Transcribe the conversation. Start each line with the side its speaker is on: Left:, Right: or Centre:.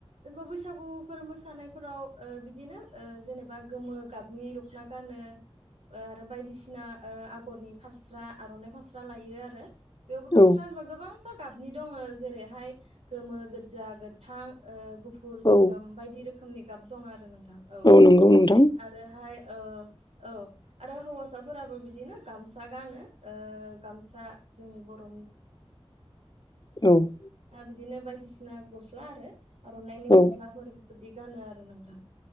Right: बा बैसागु फोर मोसानायफोराव ओ बिदिनो जेनेबा गोमो गाबनि दख'ना गानो । ओ आरो बायदिसिना ओ आगरनि फास्रा आर'नाइ फास्रा लायो आरो । बेयावबो फास्रा
Left: औ
Right: होनबा गोबांथार गाबनि दङ' । जेरैहाय गोमो गोजा गोथां ओ गु फुर गोसोम
Left: औ
Right: बायदि रोखोमनि गाब दं आरो नोंथां औ
Left: नंगौ नोंथां
Right: आरोहाय ओ औ आरो हौवासाफोराबो बिदिनो गामसा गानो ओ गामसा जोंनि बर'नि ।
Left: औ ।
Right: दा बिदिनो बायदिसिना गस्ला आरो आर'नाइनि
Left: औ
Right: गस्लाफोर बिदि गानो आरो नोंथां ।